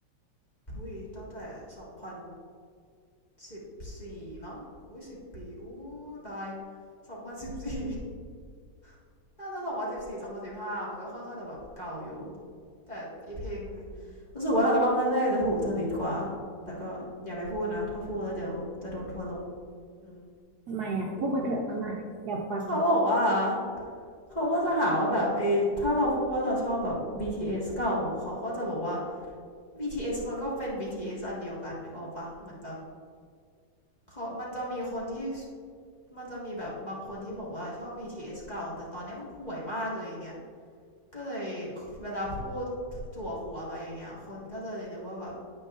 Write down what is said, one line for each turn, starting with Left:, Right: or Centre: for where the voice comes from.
Left: อุ้ยตั้งแต่สองพันสิบสี่มั้งอุ้ยสิบปีอู้ตายสองพันสิบสี่ <laughs> น่าจะสองพันสิบสี่สองพันสิบห้ามันก็ค่อนข้างจะแบบเก่าอยู่แต่ไอเพลงรู้สึกว่าอัลบั้มแรกๆจะถูกจริตกว่าแต่ก็อย่าไปพูดนะถ้าพูดแล้วเดี๋ยวจะโดนทัวร์ลงอืม
Right: ทำไมอ่ะพูดมาเถอะเอามาอยากฟัง
Left: เขาบอกว่าเขาก็จะหาว่าแบบเอถ้าเราพูดว่าเราชอบแบบ BTS เอสเก่าเขาก็จะบอกว่า BTS มันก็เป็น BTS อสอันเดียวกันนึกออกปะเหมือนแบบเขามันจะมีคนที่ มันจะมีแบบบางคนที่บอกว่าชอบ BTS เอสเก่าแต่ตอนเนี้ยมึงห่วยมากเลยอย่างเงี้ยก็เลยเวลาพูดจั่วหัวมาอย่างเงี้ยคนก็จะเลยนึกว่าแบบ